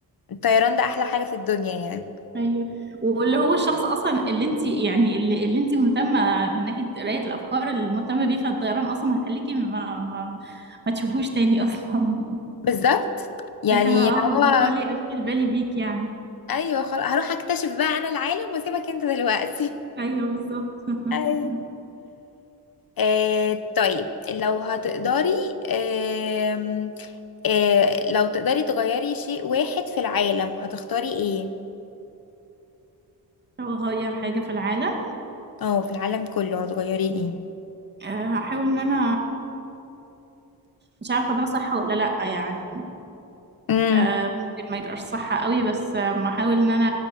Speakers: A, on the left (about 60°); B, on the right (about 25°).
A: الطيران ده احلى حاجة في الدنيا يعني
B: ايوه واللي هو الشخص اصلا اللي انت يعني اللي, اللي انت مهتمه من ناحيه قرايه الافكار اللي مهتمه بيه فالطيران اصلا هيخليكي ما ما, ما تشوفوش تاني اصلا <laughs>
A: بالظبط يعني
B: اللي هو اه
A: اللي هو
B: اللي هو ليه اشيل بالي بيك يعني
A: ايوه خلاص هروح اكتشف بقى انا العالم واسيبك انت دلوقتي
B: ايوه بالظبط <laughs>
A: <laughs> ايوه آه طيب لو هتقدري آه آه لو تقدري تغيري شيء واحد في العالم هتختاري ايه؟
B: لو اغير حاجه في العالم
A: اه في العالم كله هتغيري ايه؟
B: آه، هحاول ان انا مش عارفه ده صح ولا لا يعني
A: امم
B: آه، ممكن ما يبقاش صح قوي بس آه، احاول ان انا